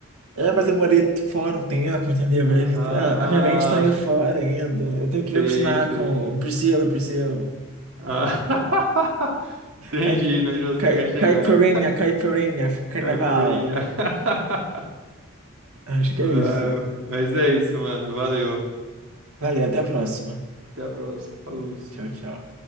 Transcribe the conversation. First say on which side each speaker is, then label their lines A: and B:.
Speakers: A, on the right; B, on the right.
A: É, mas eu morei fora um tempo, entendeu?
B: Ah,
A: Mas A a minha mente tá meio fora ainda. Eu tenho que
B: sei,
A: me acostumar
B: sei.
A: com o Brasil, Brasil.
B: Ah, <laughs> entendi,
A: Caip-
B: né, onde você
A: cai-
B: quer chegar,
A: Caipirinha, caipirinha, carnaval.
B: caipirinha. <laughs>
A: Acho que
B: Ah,
A: é isso.
B: mas é isso, mano. Valeu.
A: Valeu, até a próxima.
B: Até a próxima. Falou.
A: Tchau, tchau.